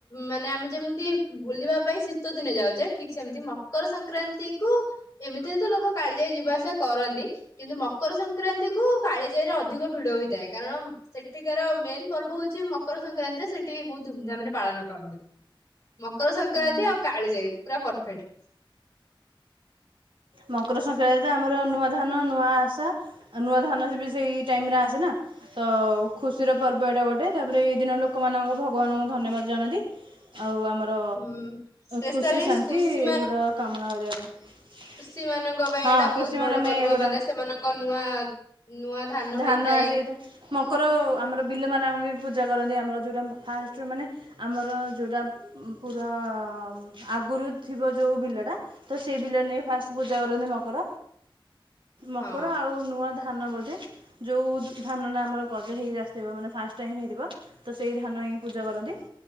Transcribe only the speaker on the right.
ହୁଁ
ମକର ସଂକ୍ରାନ୍ତିରେ ଆମର ନୂଆ ଧାନ ନୂଆ ଆଶା ନୂଆ ଧାନ ବି ସେଇ ଟାଇମରେ ଆସେନା ତ ଖୁସିର ପର୍ବ ଏଇଟା ଗୋଟେ ତାପରେ ଏଇ ଦିନ ଲୋକମାନେ ଭଗବାନଙ୍କୁ ଧନ୍ୟବାଦ ଜଣାନ୍ତି। ଆଉ ଆମର
ଖୁସି ଶାନ୍ତି
ଏଗୁଡ଼ା କାମନା କରିବା ପାଇଁ।
ହଁ
କୃଷିମାନେ
ଆମେ
ଏଗୁଡ଼ା
ଧାନ
ଆ ସେତ ମକର ଆମର ବିଲ ମାନଙ୍କ ବି ପୂଜା କରନ୍ତି ଆମର ଯୋଉଟା ଫାଷ୍ଟ ମାନେ ଆମର ଯୋଉଟା ପୁରା ଆଗରୁ ଥିବ। ଯେଉଁ ବିଲଟା ତ ସେଇ ବିଲ ନେଇ ଫାଷ୍ଟ ପୂଜା କରନ୍ତି ମକର। ମକର
ଆଉ ନୂଆ ଧା ଧାନବ ଯୋଉ ଧାନଟା ଆମର ଗଜା ହେଇକି ଆସିଥିବ ମାନେ ଫାଷ୍ଟ ଟାଇମ ହେଇଥିବ ତ ସେଇ ଧାନ ହିଁ ପୂଜା କରନ୍ତି